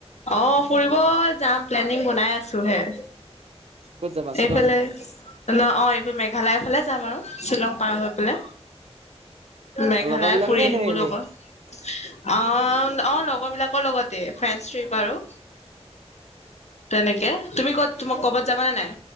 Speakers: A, on the left; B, on the right.
A: অ' ফুৰিব যাম, প্লেনিং বনাই আছোঁ হে।
B: ক'ত যাবা শ্বিলং
A: এইফালে ন' অ' এইফাল মেঘালয়ৰ ফালে যাম আৰু শ্বিলং পাৰ হৈ ফালে, মেঘালয়া
B: লগৰ বিলাক
A: ফুৰি
B: নে
A: আহিম
B: নে
A: বোলো
B: এনেই
A: অকল। আ, অ' লগৰবিলাকৰ লগতে, ফ্ৰেন্স ট্ৰিপ আৰু। তেনেকে, তুমি ক'ত তোমা ক'বাত যাবা নে নাই?